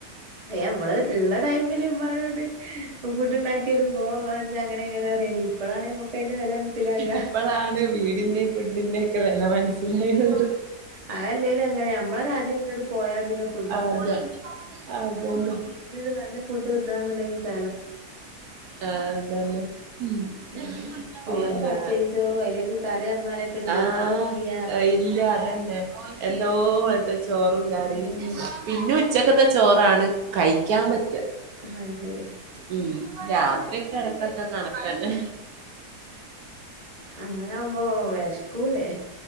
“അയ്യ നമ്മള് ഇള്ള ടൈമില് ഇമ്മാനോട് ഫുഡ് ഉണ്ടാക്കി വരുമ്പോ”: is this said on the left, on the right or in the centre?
Right